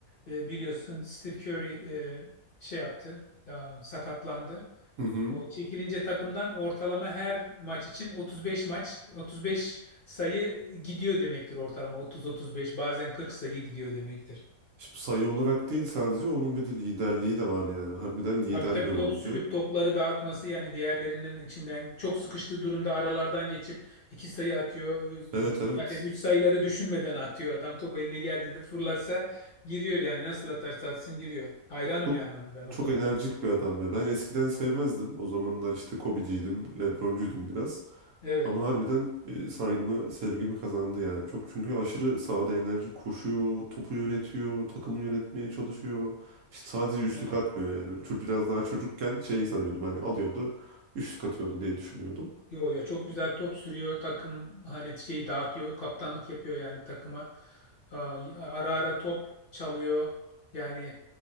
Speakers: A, on the left; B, on the right.
A: e, biliyorsun Steve Curry e, şey yaptı. e, sakatlandı.
B: Hı hı.
A: O çekilince takımdan ortalama her maç için 35 maç, 35 sayı gidiyor demektir ortalama. 30-35 bazen 40 sayı gidiyor demektir.
B: Şimdi sayı olarak değil sadece onun bir de liderliği de var yani. Harbiden lider
A: Tabii tabii
B: bir oyuncu.
A: top sürüp topları dağıtması yani diğerlerinin içinden çok sıkıştığı durumda aralardan geçip iki sayı atıyor.
B: Evet evet.
A: Zaten üç sayıları düşünmeden atıyor. Adam top eline geldiğinde fırlatsa giriyor yani nasıl atarsa atsın giriyor. Hayranım
B: Çok
A: yani ona ben o
B: çok
A: konuda.
B: enerjik bir adam ya. Ben eskiden sevmezdim. O zamanlar işte Kobe'ciydim, LeBron'cuydum biraz.
A: Evet.
B: Ama harbiden e, saygımı, sevgimi kazandı yani. Çok çünkü aşırı sahada enerji koşuyor, topu yönetiyor, takımı yönetmeye çalışıyor. İşte sadece üçlük
A: Evet.
B: atmıyor yani. Çok biraz daha çocukken şeyi sanıyordum hani alıyordu, üçlük atıyordu diye düşünüyordum.
A: Yo yo çok güzel top sürüyor takım hani şeyi dağıtıyor kaptanlık yapıyor yani takıma Aa, ara ara top çalıyor yani